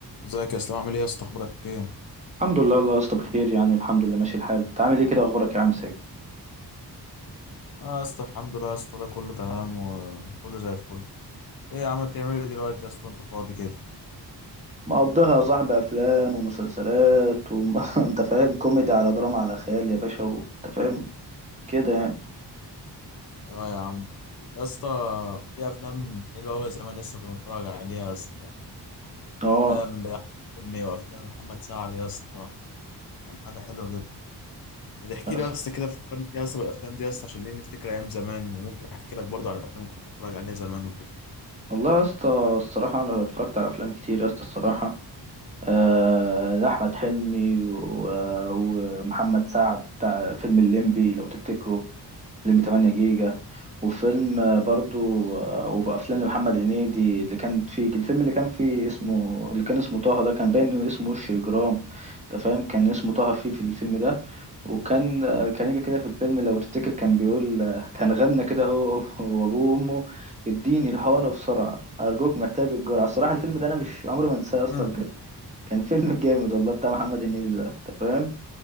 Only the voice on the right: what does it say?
الحمد لله الله يا اسطى بخير يعني الحمد لله ماشي الحال انت عامل ايه كده اخبارك يا عم ساجد
مقضيها يا صاحبي افلام ومسلسلات و... <laughs> انت فاهم كوميدي على دراما على خيال يا باشا و... انت فاهم كده يعني
اه
بس
والله يا اسطى الصراحه انا اتفرجت على افلام كتير يا اسطى الصراحه آه، ده احمد حلمي و... ومحمد سعد بتاع فيلم الليمبي لو تفتكره فيلم 8 جيجا وفيلم آه، برضو آه، وافلام لمحمد هنيدي اللي كان فيه الفيلم اللي كان فيه اسمه اللي كان اسمه طه ده كان باين انه اسمه وش اجرام انت فاهم كان اسمه طه فيه في الفيلم ده وكان آه، كان يجي كده في الفيلم لو تفتكر كان بيقول آه، كان غنى كده هو <laughs> وابوه وامه اديني الحقنه بسرعه ارجوك محتاج الجرعه الصراحه الفيلم ده انا مش عمري ما انساه يا اسطى
بجد كان فيلم جامد والله بتاع محمد هنيدي ده انت فاهم